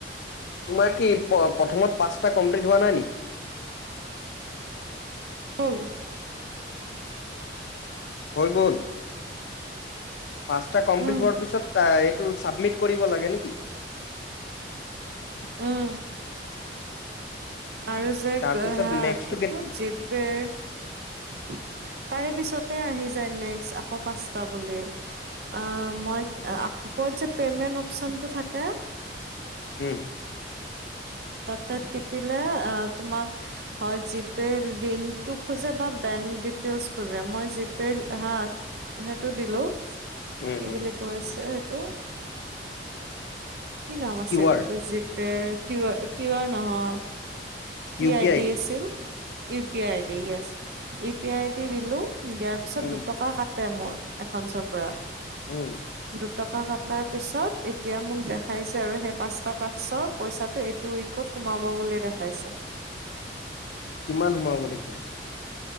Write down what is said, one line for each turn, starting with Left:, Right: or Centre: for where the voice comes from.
Left: তোমাক কি? প্ৰথমত পাঁচটা কমপ্লিট হোৱা নাই নেকি।
Right: উম!
Left: হৈ গ'ল। পাঁচটা কমপ্লিট
Right: উম
Left: হোৱাৰ পিছত এইটো পাব্লিক কৰিব লাগে নে কি।
Right: উম! আৰু যে,
Left: তাৰপিছত
Right: হা
Left: নেক্সটটো
Right: কিটোৰ
Left: কে
Right: জীপেৰ তাৰ পিছতে আহিছে নেক্সট পাঁচ টা বুলি, উপৰত যে পায়মেন্ত অপচন টো থাকে
Left: উম!
Right: তাতে টিপিলে তোমাক জিপে লিংকটো খোজে বা বেংক দিতেইলছ খোজে, মই জিপে হা সেইটো দিলো
Left: উম
Right: কি বুলি
Left: উম
Right: কৈছে? টো কি নাম আছিল,
Left: কিউ আৰ
Right: তো জীপে কি কিউআৰ নহয় কি
Left: U
Right: ID
Left: P I D
Right: আছিল U P I I D ইএছ। ইউ পি আই ডি দিলোঁ - দিয়াৰ পিছত
Left: উম
Right: দুটকা কাটে মোৰ একাউন্সৰ পৰা।
Left: উম
Right: দুটকা কটাৰ পিছত এতিয়া মোক দেখাইছে, আৰু সেই পাঁচটা টাস্কৰ পইচাটো এইটো উইকত সোমাব বুলি দেখাইছে।
Left: কিমান সোমাব দেখুৱাইছে?